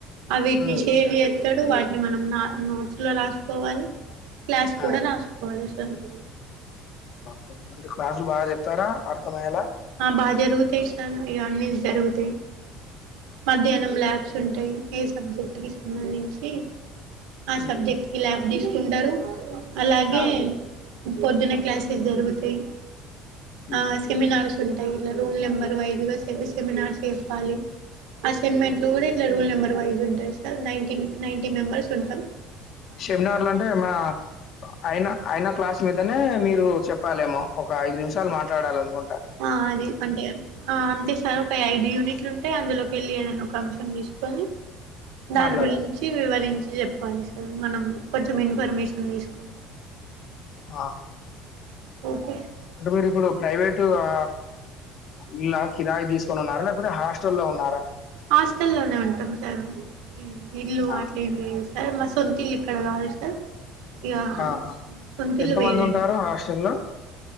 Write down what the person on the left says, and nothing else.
హ్మ్.
ఆ!
కే అంటే క్లాసులు బాగా చెప్తారా అర్థమయ్యేలా
హ్మ్.
హ్మ్.
ఆ!
హ్మ్.
షెమినార్లు అంటే మా అయినా అయినా క్లాస్ మీదనే మీరూ చెప్పాలేమో ఒక ఐదు నిమిషాలు మాట్లాడాలి అనుకున్
మాట్లాడాలి.
ఓహ్!
ఆ
అంటే మీరి ఇప్పుడు ప్రైవేటు ఆ ఇల్లా కిరాయి తీసుకొని ఉన్నారా లేకపోతే హాస్టల్లో ఉన్నారా
ఆహా!
ఆహా!
ఎంతమందుంటారు
హాస్టల్‌లో?